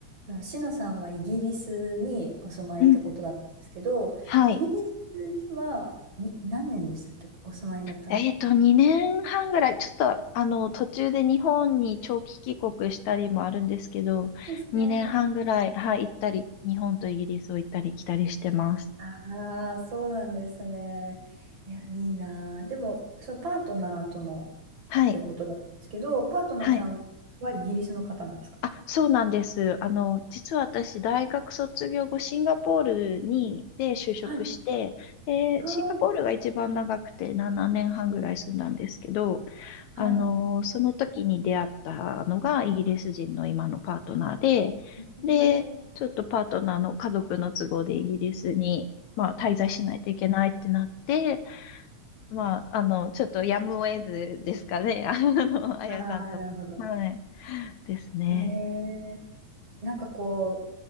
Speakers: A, on the right; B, on the left.
A: あシノさんはイギリスにお住まいってことだったんですけど、
B: うん。はい。
A: イギリスにはに何年でしたっけお住まいだったの
B: えっと、2年半ぐらい、ちょっと、あの、途中で日本に長期帰国したりもあるんですけど、
A: ですね。
B: 2年半ぐらい、はい、行ったり、日本とイギリスを行ったり来たりしてます。
A: ああー、そうなんですね。いや、いいなあ。でも、そのパートナーとの
B: はい。
A: ってことだったんですけど、パートナーさんはイギリスの方なんですか
B: はい。あ、そうなんです。あの、実は私、大学卒業後、シンガポールに、で就職して、
A: はい。
B: で、
A: ああー、
B: シンガポールが一番長くて7年半ぐらい住んだんですけど、
A: はい。
B: あの、その時に出会ったのがイギリス人の今のパートナーで、
A: ねえ。
B: で、ちょっとパートナーの家族の都合でイギリスに、まあ、滞在しないといけないってなって、まあ、あの、ちょっとやむを得ずですかね、<laughs> あの、あやさんと。
A: ああ、なるほど。
B: はい。ですね。
A: ええなんかこう、